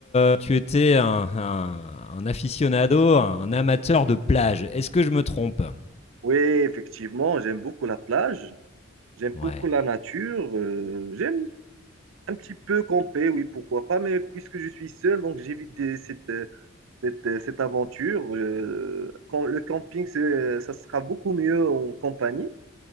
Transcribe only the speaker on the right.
Oui, effectivement, j'aime beaucoup la plage, j'aime
beaucoup la nature, euh, j'aime un petit peu camper, oui, pourquoi pas, mais puisque je suis seul, donc j'évite des- cette, euh, cette, euh, cette aventure. Euh, quand le camping, c'est- euh, ça sera beaucoup mieux en compagnie.